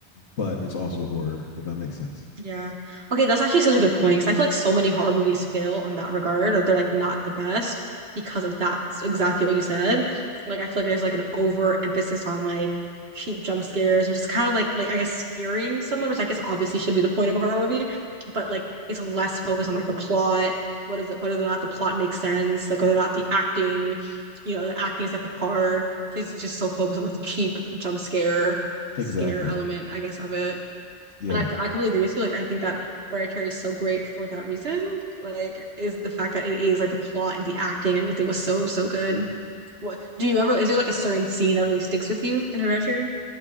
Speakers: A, on the left (about 70°); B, on the right (about 60°).
A: but it's also horror, if that makes sense.
B: Yeah. Okay, that's actually such a good point because I feel like so many horror movies fail on that regard, or they're like not the best because of that's exactly what you said. Like I feel like there's like an overemphasis on like cheap jump scares and just kind of like like I guess scaring someone, which I guess obviously should be the point of a horror movie, but like it's less focused on like the plot, what is it, whether or not the plot makes sense, like whether or not the acting, you know, the acting is at the par because it's just so focused on like the cheap jump scare
A: Exactly.
B: scare element, I guess, of it.
A: Yeah.
B: And I I completely agree with you. Like, I think that Hereditary is so great for that reason. Like, is the fact that it is like the plot and the acting, everything was so, so good. What do you remember? Is there like a certain scene that really sticks with you in Hereditary?